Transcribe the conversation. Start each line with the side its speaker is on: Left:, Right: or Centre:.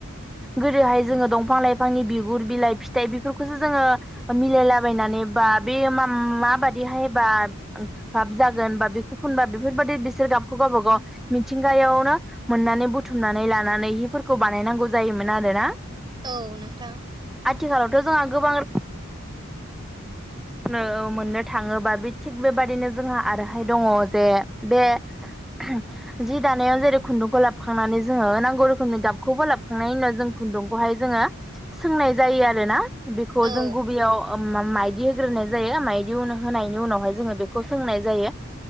Centre: गोदोहाय जोङो दंफां लाइफांनि बिगुर बिलाइ फिथाइ बेफोरखौसो जोङो मिलायलाबायनानै बा बे माम-माबादिहायबा खाब जागोन बा बेखौ फुनबा बेफोरबायदि बिसोर गाबखौ गावबागाव मिथिंगायावनो मोननानै बुथुमनानै लानानै हिफोरखौ बानायनांगौ जायोमोन आरोना।
Right: औ नोंथां
Centre: आथिखालावथ' जोंहा गोबां नो मोननो थाङोबा बे थिग बेबादिनो जोंहा आरोहाय दङ' जे बे <inaudible> जि दानायाव जेरै खुन्दुंखौ लाबोखांनानै जोङो नांगौ रोखोमनि गाबखौबो लाबखांनायनि उनाव जों खुन्दुंखौहाय जोङो सोंनाय जायो आरोना बेखौ
Right: औ
Centre: जों गुबैयाव म-माइ दि होग्रोनाय जायो मायदि उन होनायनि उनावहाय जोङो बेखौ सोंनाय जायो